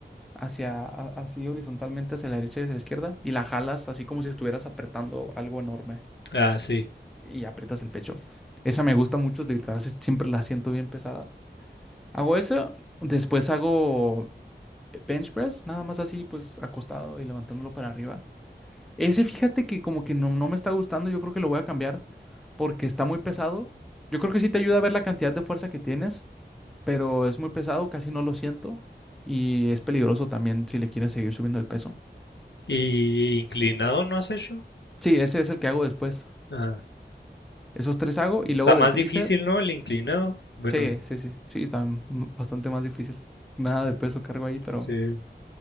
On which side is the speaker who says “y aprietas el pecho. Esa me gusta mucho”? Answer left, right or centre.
Centre